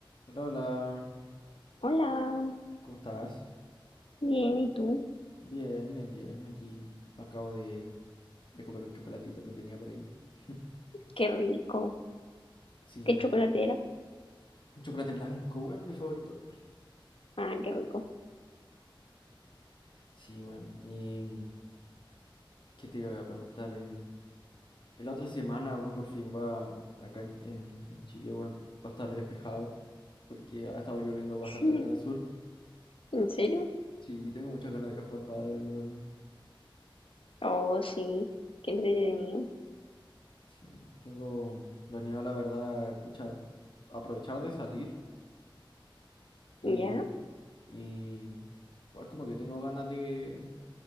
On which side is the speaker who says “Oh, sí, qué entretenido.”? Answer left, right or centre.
Left